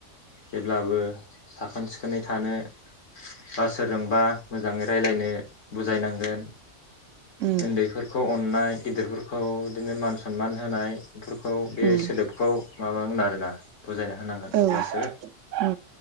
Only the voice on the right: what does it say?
उम
उम
औ
औ